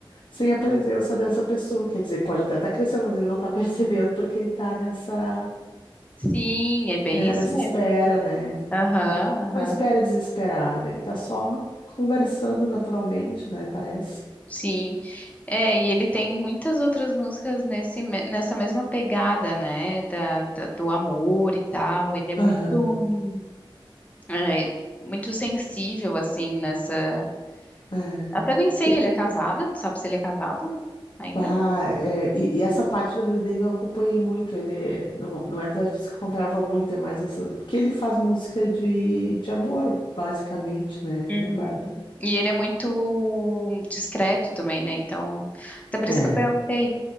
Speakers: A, on the left (about 55°); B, on the left (about 15°).
A: sem a presença dessa pessoa. Quer dizer, pode até estar crescendo, mas ele não está <laughs> percebendo porque ele está nessa,
B: Sim, é bem
A: eh,
B: isso
A: nessa
B: mesmo.
A: espera, né?
B: Aham,
A: É
B: aham.
A: uma espera desesperada. Ele tá só conversando naturalmente, né? Parece.
B: Sim. É, e ele tem muitas outras músicas nesse, me- nessa mesma pegada, né? Da, da- do amor e tal. Ele é muito,
A: Aham.
B: hum, é, muito sensível, assim, nessa.
A: é.
B: Até nem sei,
A: Te-
B: ele é casado, tu sabe se ele é casado ainda?
A: pá, é, e, e essa parte da vida dele não acompanhei muito. Ele é- não, não é dos artistas que eu acompanhava muito, é mais essa. Porque ele faz música de, de amor, basicamente, né, né,
B: Uhum.
A: Bárbara?
B: E ele é muito discreto também, né? Então, até por
A: É.
B: isso que eu perguntei.